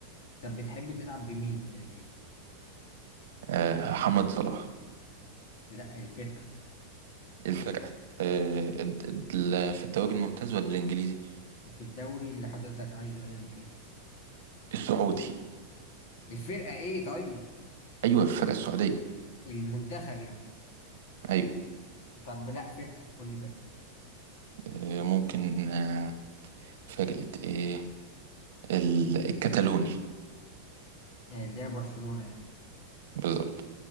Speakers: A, on the left (about 45°); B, on the right (about 70°).
A: طب بتحب تلعب بمين في فيفا
B: آه، محمد صلاح
A: لا الفرقة
B: الفرقة آه، الد- ال- في الدوري الممتاز ولا الإنجليزي
A: في الدوري اللي حضرتك عايزه ايا كان
B: السعودي
A: الفرقة ايه طيب
B: أيوة الفرقة السعودية
A: المنتخب يعني
B: أيوة
A: طب لا فرقة قول لي فرقة
B: آه، ممكن آه، فرقة إيه ال- الكتالوني
A: آه، اللي هي برشلونة يعني
B: بالظبط